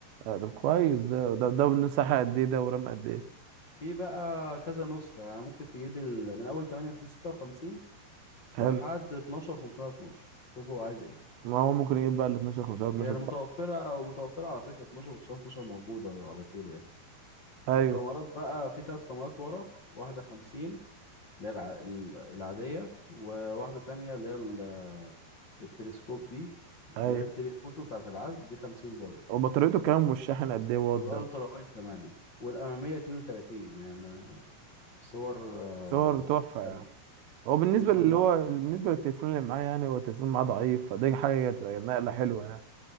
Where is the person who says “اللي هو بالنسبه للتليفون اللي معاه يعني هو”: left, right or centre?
Right